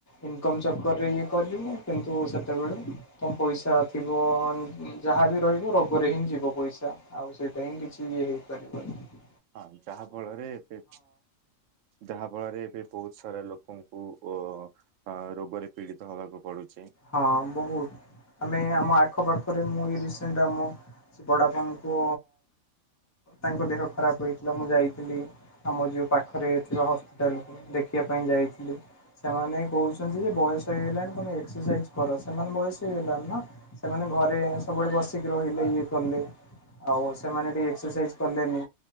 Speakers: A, on the left; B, on the right.
A: ଇନ ଚକରରେ ଇଏ କରିବୁ କିନ୍ତୁ ସେତେବେଳେ ତ ପଇସା ଥିବ ଯାହାବି ରହିବ ରୋଗରେ ହିଁ ଯିବ ପଇସା ଆଉ ସେଇଟା ହିଁ କିଛି ଇଏ ହେଇପାରିବାର
B: ହଁ ଯାହା ଫଳରେ ଏବେ ଯାହା ଫଳରେ ଏବେ ବହୁତ ସାରା ଲୋକ ଲୋକଙ୍କୁ ଅ ରୋଗରେ ପୀଡିତ ହବାକୁ ପଡୁଛି।
A: ହଁ ବହୁତ ଆମେ ଆମ ଆଖପାଖରେ ମୁଁ ଏ ରସେଣ୍ଟ ଆମ ସେ ବଡାପାଙ୍କୁ ତାଙ୍କ ଦେହ ଖରାପ ହେଇଥିଲା ମୁଁ ଯାଇଥିଲି ଆମ ଯୋଉ ପାଖରେ ଥିବା ହପିଟାଲକୁ ଦେଖିବା ପାଇଁ ଯାଇଥିଲୁ ସେମାନେ କହୁଛନ୍ତି, ଯେ ବୟସ ହେଇଗଲାଣି ତମେ ଏକ୍ସରସାଇଜ କର ସେମାନେ ବୟସ ହେଇଗଲାଣି, ନା ସେମାନେ ଘରେ ସବୁବେଳେ ବସିକି ରହିଲେ ଇଏ କଲେ ଆଉ ସେମାନେ ଟିକେ ଏକ୍ସରସାଇଜ କଲେନି